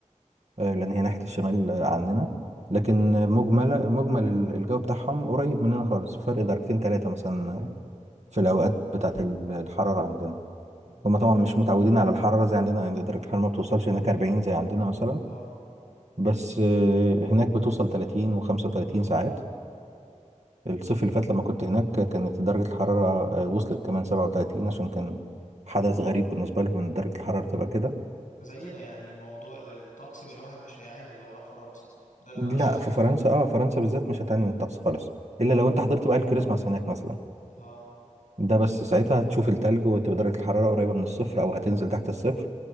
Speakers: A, on the right; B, on the left.
A: آه، لأن هي ناحية الشمال آه، عننا لكن مجمل مجمل الجو بتاعهم قريب مننا خالص فرق درجتين ثلاثة مثلا آه، في الأوقات بتاعة ال- الحرارة عندنا
B: مم،
A: هما
B: طب
A: طبعا مش
B: مم،
A: متعودين على الحرارة زي عندنا يعني درجة الحرارة ما بتوصلش هناك 40 زي عندنا مثلا
B: اه
A: بس آه، هناك بتوصل 30 و35 ساعات الصيف اللي فات لما كنت هناك كانت درجة الحرارة آه، وصلت كمان 37 عشان كان حدث غريب بالنسبة لهم ان درجة الحرارة تبقى كده
B: زينا يعني موضوع الطقس من الواحد مش هيعاني لو راح فرنسا ده اللي
A: لا
B: انا اقصده
A: في فرنسا اه فرنسا بالذات مش هتعاني من الطقس خالص الا لو انت حضرت بقى الكريسماس هناك مثلا
B: اه
A: ده بس ساعتها هتشوف التلج وتبقى درجة الحرارة قريبة من الصفر او هتنزل تحت الصفر